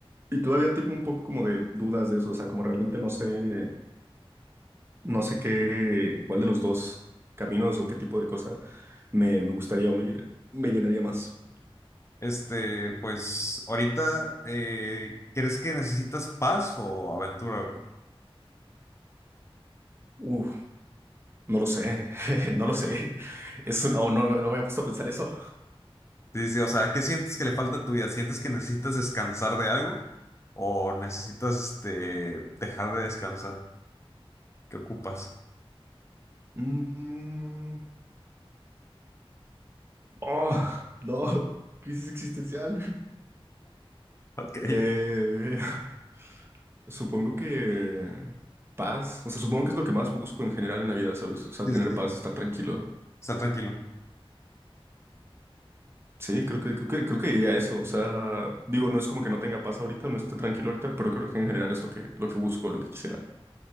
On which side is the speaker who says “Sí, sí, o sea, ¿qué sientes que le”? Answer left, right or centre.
Left